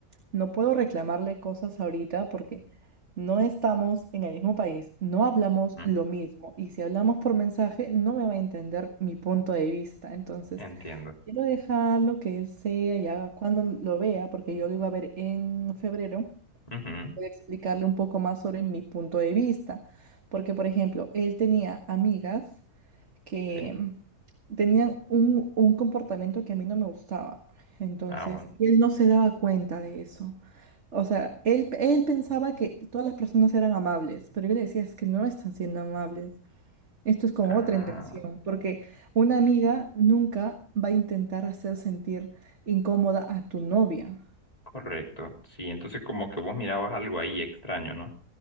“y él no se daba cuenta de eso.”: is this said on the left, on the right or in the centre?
Right